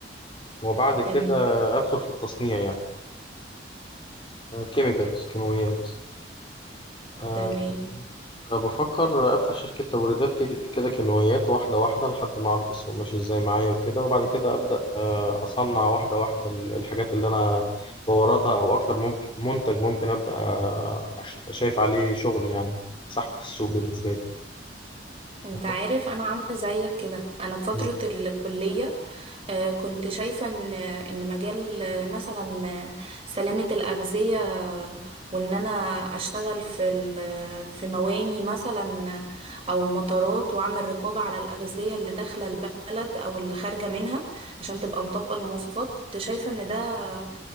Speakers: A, on the left (about 25°); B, on the right (about 30°).
A: وبعد كده
B: تمام
A: أدخل في التصنيع يعني كيميكالز كيماويات آه،
B: تمام
A: فبفكر أفتح شركة توريدات كده كده كيماويات واحدة واحدة لحد ما أعرف السوق ماشي إزاي معايا وكده وبعد كده أبدأ آه، أصنع واحدة واحدة ال- الحاجات اللي أنا بوردها أو أكتر ممكن منتج ممكن أبدأ آه، أش- شايف عليه شغل يعني سحب في السوق بالنسبة لي
B: انت
A: بفكر-
B: عارف انا عامله زيك كده انا في فتره
A: مم.
B: الكليه آه، كنت شايفه ان ان مجال آه، مثلا آه، سلامه الاغذيه آه، وان انا اشتغل في ال- في مواني مثلا آه، او مطارات واعمل رقابه على الاغذيه اللي داخله البلد او اللي خارجه منها عشان تبقى مطابقه للمواصفات كنت شايفه ان ده آه،